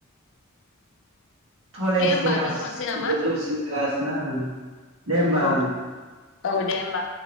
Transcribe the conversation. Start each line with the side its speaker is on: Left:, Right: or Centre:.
Right: थलेस
Left: दे होमबा
Right: ग्रास
Left: दोनथ'नोसै नामा
Right: गजरसि ग्रास ना। दे होमबा
Left: औ-औ
Right: ओं
Left: दे होमबा।